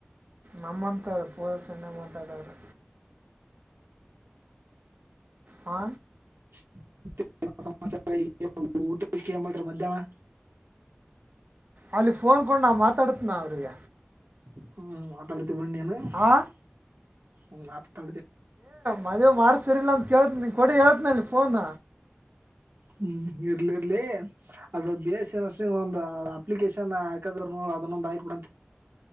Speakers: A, on the right (about 45°); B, on the right (about 80°).
A: ನಮ್ಮಂತ್ರ ಪೂರ ಸಣ್ಣ ಮಾತಾಡರು. ಹಾ
B: <unintelligible> ಉಟಕ ಏನ್ ಮಾಡಿರ ಮದ್ಯಾನ್ಹ.
A: ಅಲ್ಲಿ ಫೋನ್ ಕೂಡ ನಾ ಮಾತಾಡತನ ಅವ್ರಿಗ
B: ಹ್ಮ್ <unintelligible>
A: ಹಾ.
B: <unintelligible>
A: ಮದ್ ಮಾಡ್ಸ್ತಿರಿಲಿಲ್ಲ ಅಂತ ಕೇಳ್ತ ನೀ ಕೊಡಿ ಹೇಳ್ತನಲ್ಲಿ ಫೋನ್.
B: ಹ್ಮ್ ಇರ್ಲಿ ಇರ್ಲಿ. ಅದು ಬಿ ಎಸ್ ಸಿ ನರ್ಸಿಂಗ ಒಂದ್ ಅಪ್ಲಿಕೇಶನ್ ಹಾಕದ್ರರು ನ ಅದನ್ನೊಂದ ಆಯಕ್ ಬಿಡಂತ್.